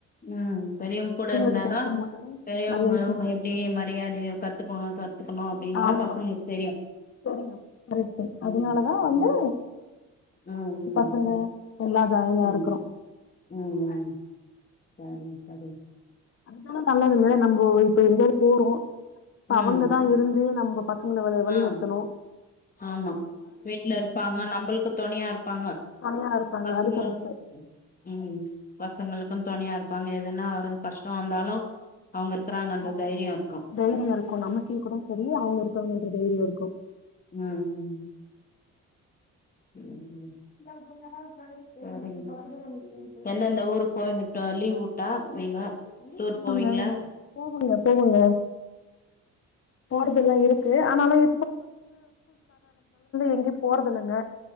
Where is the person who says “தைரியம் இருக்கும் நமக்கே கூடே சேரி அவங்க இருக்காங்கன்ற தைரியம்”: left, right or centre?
Left